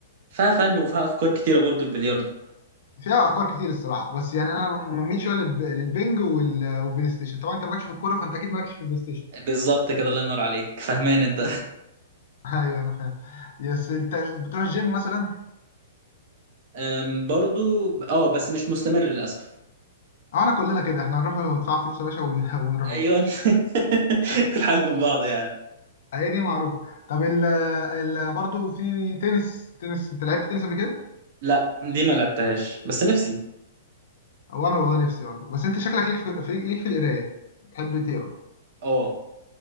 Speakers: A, on the right; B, on the left.
A: فيها فن وفيها افكار كتيره برضو البلياردو
B: فيها افكار كتير الصراحه بس يعني انا ما بميل شويه للب... للبنج وال... والبلاي ستيشن طبعا انت مالكش في الكوره فانت اكيد مالكش في البلاي ستيشن
A: بالظبط كده الله ينور عليك فهمان انت
B: <laughs> ايوه انا فاهم بس انت بتروح الجيم مثلا
A: أم، برضو اه بس مش مستمر للاسف
B: اه انا كلنا كده احنا نروح وندفع فلوس يا باشا ون... <laughs> ونروحوش
A: ايون <laughs> الحال من بعض يعني
B: هي دي معروفه طب ال... ال... برضه في تنس تنس انت لعبت تنس قبل كده
A: لا دي ما لعبتهاش بس نفسي
B: او انا والله نفسي برضه بس انت شكلك ليك في... في... ليك في القرايه تحب تقرا
A: اه